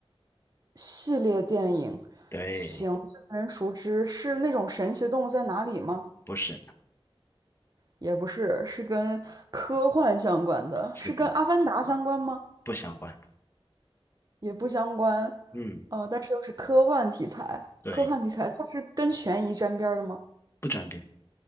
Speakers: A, on the right (about 40°); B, on the left (about 25°).
A: 系列电影，
B: 对，
A: 行，最为人熟知是那种神奇的动物在哪里吗？
B: 不是，
A: 也不是，是跟科幻相关的，
B: 是的，
A: 是跟《阿凡达》相关吗？
B: 不相关。
A: 也不相关，
B: 嗯，
A: 呃，但是又是科幻题材，
B: 对，
A: 科幻题材它是跟悬疑沾边儿的吗？
B: 不转变。